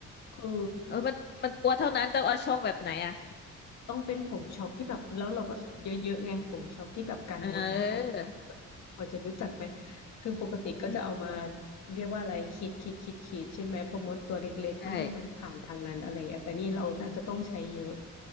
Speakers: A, on the left; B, on the left.
A: คือ
B: เออมันมันกลัวเท่านั้นต้องเอาโชคแบบไหนอ่ะ
A: ต้องเป็นผงช็อปที่แบบแล้วเราก็เยอะๆไงผงช็อปที่แบบกันมดนั่นแหละเออพอจะรู้จักไหม
B: เออ
A: คือปกติก็จะเอามา
B: อืม
A: เรียกว่าอะไรขีดขีดขีดขีดใช่ไหมเพอมดตัวเล็กๆไม่ให้มันผ่านทางนั้นอะไรอย่างเงี้ยแต่นี่เราน่าจะต้องใช้เยอะ
B: ใช่